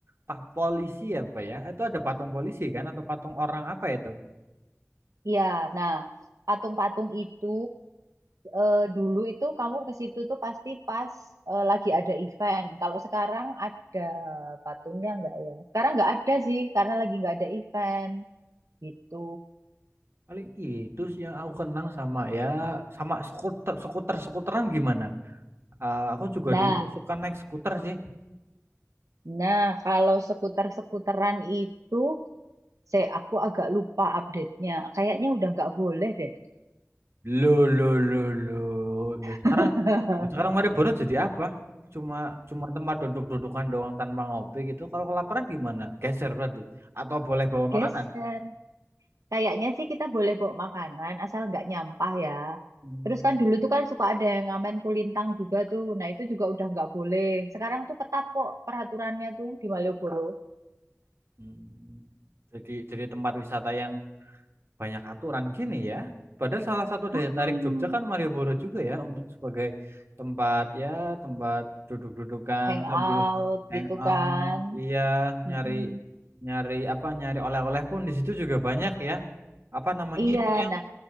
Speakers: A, on the right; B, on the right.
A: pak polisi apa ya? Itu ada patung polisi kan atau patung orang apa itu?
B: iya nah patung-patung itu eh, dulu itu kamu ke situ tuh pasti pas eh, lagi ada event kalau sekarang ada patungnya nggak ya sekarang nggak ada sih karena lagi nggak ada event gitu
A: Paling itu sih yang aku kenang sama ya sama skuter skuter skuteran gimana? Eh, aku juga
B: nah
A: dulu suka naik skuter sih.
B: nah kalau skuter-skuteran itu saya aku agak lupa update-nya kayaknya udah nggak boleh deh
A: Lo lo lo lo. Lo sekarang
B: <laughs>
A: lo sekarang Malioboro jadi apa? Cuma cuma tempat duduk-dudukan doang tanpa ngopi gitu. Kalau kelaparan gimana? Geser berarti. Atau boleh bawa
B: Geser.
A: makanan?
B: Kayaknya sih kita boleh bawa makanan asal nggak nyampah ya.
A: Hmm.
B: Terus kan dulu tuh kan suka ada yang ngamen kulintang juga tuh. Nah itu juga udah nggak boleh. Sekarang tuh ketat kok peraturannya tuh di Malioboro.
A: Hmm. Jadi jadi tempat wisata yang banyak aturan gini ya. Padahal salah satu
B: Mm-mm.
A: daya tarik Jogja kan Malioboro juga ya untuk sebagai tempat ya tempat duduk-dudukan
B: Hangout
A: sambil hangout,
B: gitu kan.
A: iya nyari
B: Mm-mm.
A: nyari apa nyari oleh-oleh pun di situ juga banyak ya. Apa namanya
B: Iya,
A: itu yang
B: nah